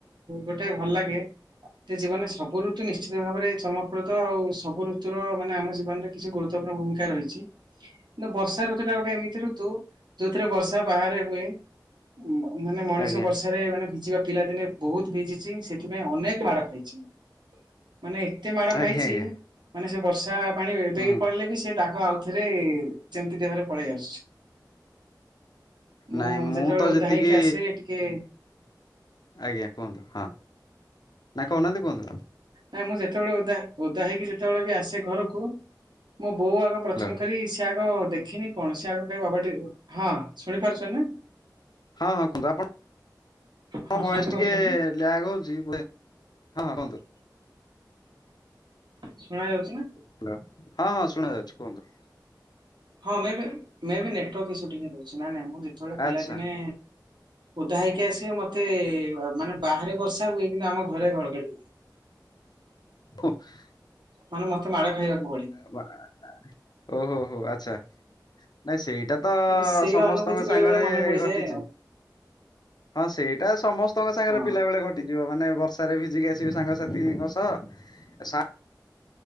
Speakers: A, on the right (about 80°); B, on the left (about 65°).
A: ଗୋଟେ ଭଲ ଲାଗେ। ତେ ଜୀବନରେ ସବୁ ଋତୁ ନିଶ୍ଚିତ ଭାବରେ ଚମକୃତ ଆଉ ସବୁ ଋତୁର ମାନେ ଆମ ଜୀବନରେ କିଛି ଗୁରୁତ୍ଵପୂର୍ଣ୍ଣ ଭୂମିକା ରହିଚି। ନା ବର୍ଷା ଋତୁଟା ଗୋଟେ ଏମିତି ଋତୁ ଯୋଉଥେରେ ବର୍ଷା ବାହାରେ ବି ମ ମାନେ ମଣିଷ
B: ଆଜ୍ଞା
A: ବର୍ଷ ଆରେ ମାନେ ଭିଜିବା ପିଲାଦିନେ ବୋହୁତ ଭିଜିଚି ସେଥିପାଇଁ ଅନେକ ମାଡ ଖାଇଚି, ମାନେ ଏତେ ମାଡ
B: ଆଜ୍ଞା
A: ଖାଇଚି
B: ଆଜ୍ଞା
A: ମାନେ ସେ ବର୍ଷା ପାଣି ଏବେ
B: ହୁଁ
A: ବି ପଡିଲେ ବି ସେ ଦାଗ ଆଉଥରେ ଯେମିତି <unintelligible> ଦେହରେ ପଳେଇଆସୁଚି। ମୁଁ
B: ନାଇଁ
A: ଯେତେବେଳେ
B: ତ ଯେତିକି
A: ଓଦା ହେଇକି ଆସେ ଟିକେ
B: ଆଜ୍ଞା କୁହନ୍ତୁ ହଁ ନା କହୁନାଆନ୍ତି କୁହନ୍ତୁ?
A: ନାଇଁ ମୁଁ ଯେତେବେଳେ ଓଦା ଓଦା ହେଇକି ଯେତେବେଳେ ବି ଆସେ ଘରକୁ ମୋ ବୋଉ ଆଗ ପ୍ରଥମ
B: ହ୍ୟାଲୋ
A: କରି ସିଏ ଆଗ ଦେଖିନି କଣ ସିଏ ଆଗ କଇବ <unintelligible> ହଁ ଶୁଣି ପାରୁଛନି ନା
B: ହଁ ହଁ କୁହନ୍ତୁ ଆପଣ
A: ହଁ
B: ମୋ ଭଏସ୍
A: ଶୁଣିପାରୁଛନ୍ତି
B: ଟିକେ
A: ନା?
B: ଲ୍ୟାଗ ହଉଚି ବେ ହଁ ହଁ କୁହନ୍ତୁ।
A: ଶୁଣାଯାଉଚି ପା?
B: ହାଲୋ ହଁ ହଁ ଶୁଣାଯାଉଚି କୁହନ୍ତୁ।
A: ହଁ maybe maybe network issue ଟିକେ ରହୁଛି, ନାଇଁ ନାଇଁ ନାଇଁ ମୁଁ ଯେତବେଳେ
B: ଆଚ୍ଛା
A: ପିଲାଦିନେ ଓଦା ହେଇକି ଆସିବେ ମତେ ମାନେ ବାହାରେ ବର୍ଷା ହୁଏ, କିନ୍ତୁ ଆମ ଘରେ ଘଡଘଡି ହୁଏ।
B: <unintelligible>
A: ମାନେ ମତେ ମାଡ ଖାଇବାକୁ ପଡେ।
B: ଓହୋ ଓହୋ ହୋ ଆଚ୍ଛା। ନାଇଁ ସେଇଟା ତ
A: ହେଲେ ସେଇ
B: ସମସ୍ତଙ୍କ
A: ଅନୁଭୂତି ବେଳେ
B: ସାଙ୍ଗରେ
A: ବେଳେ ମନେ ପଡିଯାଏ
B: ଘଟିଚି।
A: ଆଉ
B: ହଁ ସେଇଟା ସମସ୍ତଙ୍କ ସାଙ୍ଗେରେ
A: ହଁ।
B: ପିଲାବେଳେ ଘଟ୍ <unintelligible> ମାନେ ବର୍ଷାରେ ଭିଜିକି ଆସିବେ ସାଙ୍ଗସାଥିଙ୍କ ସହ